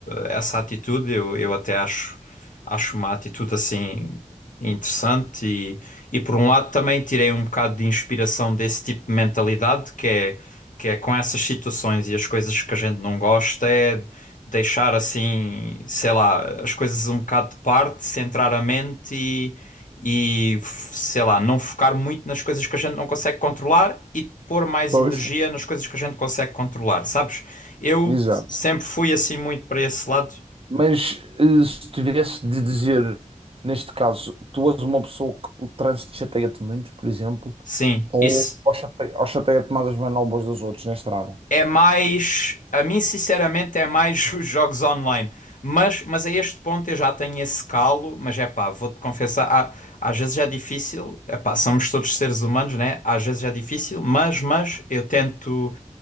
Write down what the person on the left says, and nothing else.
eh, essa atitude, eu, eu até acho, acho uma atitude assim interessante, e, e por um lado também tirei um bocado de inspiração desse tipo de mentalidade, que é, que é com essas situações e as coisas que a gente não gosta, é deixar assim, sei lá, as coisas um bocado de parte, centrar a mente e, e, sei lá, não focar muito nas coisas que a gente não consegue controlar e pôr mais
energia nas coisas que a gente consegue controlar, sabes? Eu
sempre fui assim muito para esse lado.
Sim,
isso
É mais, a mim sinceramente é mais <laughs> os jogos online. Mas, mas a este ponto eu já tenho esse calo, mas é pá, vou-te confessar, há- às vezes é difícil, é pá, somos todos seres humanos, né? Às vezes é difícil, mas, mas eu tento